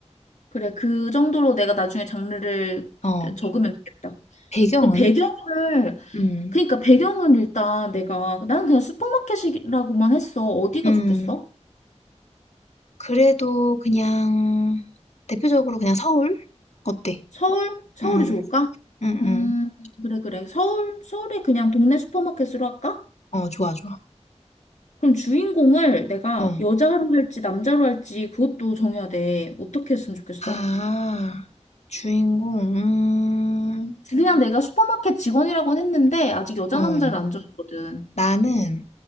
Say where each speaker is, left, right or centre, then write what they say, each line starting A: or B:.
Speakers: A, on the left (about 85°); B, on the left (about 65°).
A: 그래, 그 정도로 내가 나중에 장르를
B: 어.
A: 적으면 되겠다.
B: 배경은?
A: 그럼 배경을,
B: 음.
A: 그러니까 배경을 일단 내가 나는 그냥 슈퍼마켓이라고만 했어. 어디가
B: 음.
A: 좋겠어?
B: 그래도 그냥 대표적으로 그냥 서울? 어때?
A: 서울? 서울이
B: 응,
A: 좋을까?
B: 응,
A: 음,
B: 응.
A: 그래, 그래. 서울? 서울에 그냥 동네 슈퍼마켓으로 할까?
B: 어, 좋아, 좋아.
A: 그럼 주인공을 내가
B: 어.
A: 여자로 할지 남자로 할지 그것도 정해야 돼. 어떻게 했으면 좋겠어?
B: 아, 주인공, 음,
A: 그냥 내가 슈퍼마켓 직원이라고는 했는데 아직 여자
B: 어.
A: 남자를 안 정했거든.
B: 나는